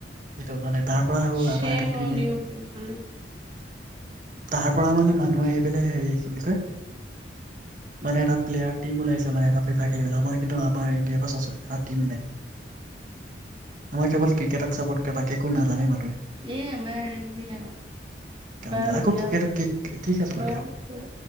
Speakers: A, on the right (about 45°); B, on the right (about 30°).
A: সেইটো মানে। তাৰ পৰা আহো
B: শে
A: আমাৰ এটা
B: মন
A: টিমে
B: ইউ পিপল।
A: তাৰ পৰা মানে মানুহে আহি পেলাই হেৰি কি বুলি কয় মানে এটা প্লেয়াৰ টিম ওলাইছে মানে এটা ফিফাইৰ খেলি পেলাই আমাৰ কিন্তু আমাৰ। বিয়েৰ পা চাচোন এটা টীম নাই। আমাৰ কেৱল ক্ৰিকেটক চাপৰ্ট কৰে বাকী একো নাজানে বাৰু।
B: এয়া আমাৰ এই আৰু
A: কাম
B: বাৰু
A: নাই আকৌ
B: দিয়া।
A: ক্ৰিকেট ঠিক আছে বাৰু